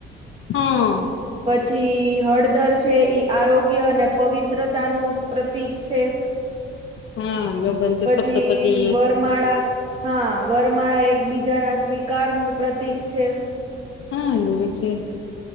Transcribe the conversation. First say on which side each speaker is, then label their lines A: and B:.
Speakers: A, on the left (about 70°); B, on the right (about 25°).
A: હા.
B: પછી હળદર છે ઈ આરોગ્ય અને પવિત્રતાનું પ્રતીક છે.
A: હા. તો
B: પછી
A: સપ્તપતિ
B: વરમાળા હા વરમાળા એક બીજા ના સ્વીકાર નું પ્રતિક છે.
A: હા એવું છે.